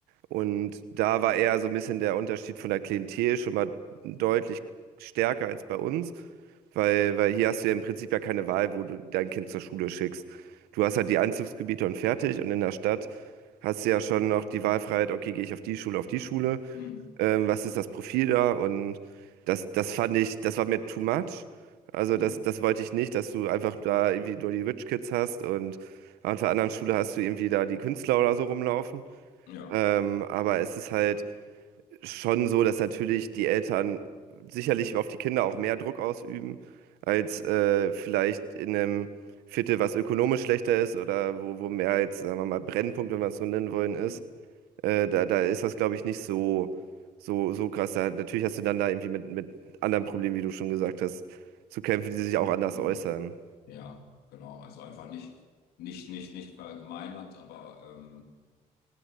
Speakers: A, on the right; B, on the left.
A: Und da war eher so ein bisschen der Unterschied von der Klientel schon mal deutlich stärker als bei uns, weil, weil hier hast du ja im Prinzip ja keine Wahl, wo du dein Kind zur Schule schickst. Du hast halt die Einzugsgebiete und fertig und in der Stadt hast du ja schon noch die Wahlfreiheit, okay, gehe ich auf die Schule, auf die Schule,
B: mh,
A: ähm, was ist das Profil da? Und das, das fand ich, das war mir too much. Also
B: mh,
A: das, das wollte ich nicht, dass du einfach da irgendwie nur die Rich Kids hast und auf der anderen Schule hast du irgendwie da die Künstler oder so rumlaufen.
B: ja.
A: Ähm, aber es ist halt schon so, dass natürlich die Eltern sicherlich auf die Kinder auch mehr Druck ausüben, als äh, vielleicht in einem Viertel, was ökonomisch schlechter ist oder wo, wo mehr jetzt, sagen wir mal, Brennpunkt, wenn wir es so nennen wollen, ist.
B: mh,
A: Äh, da, da ist das, glaube ich, nicht so, so, so krass. Da, natürlich hast du dann da irgendwie mit, mit anderen Problemen, wie du schon gesagt hast, zu kämpfen, die sich auch anders
B: mh.
A: äußern.
B: Ja, genau. Also einfach nicht, nicht, nicht, nicht verallgemeinert, aber ähm,